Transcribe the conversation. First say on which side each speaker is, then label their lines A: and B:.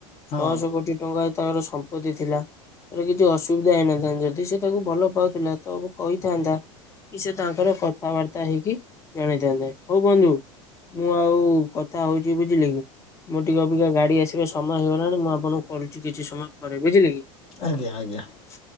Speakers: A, on the left; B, on the left.
A: ଛଅଶହ
B: ହଁ।
A: କୋଟି ଟଙ୍କା ତାଙ୍କର ସମ୍ପତ୍ତି ଥିଲା ତାର କିଛି ଅସୁବିଧା ହେଇନଥାନ୍ ଯଦି ସେ ତାକୁ ଭଲ ପାଉଥିଲା ତ କହିଥାନ୍ତା କି ସେ ତାଙ୍କର କଥାବାର୍ତ୍ତା ହେଇକି ଜଣେଇଥାନ୍ତେ ହଉ ବନ୍ଧୁ ମୁଁ ଆଉ କଥା ହଉଛି ବୁଝିଲି କି ମୁଁ ଟିକେ ଅପେକ୍ଷା ଗାଡି ଆସିବାେ ସମୟ ହେଇଗଲାଣି ମୁଁ ଆପଣଙ୍କୁ କରୁଛି କିଛି ସମୟ ପରେ ବୁଝିଲି କି
B: ଆଜ୍ଞା ଆଜ୍ଞା
A: ସ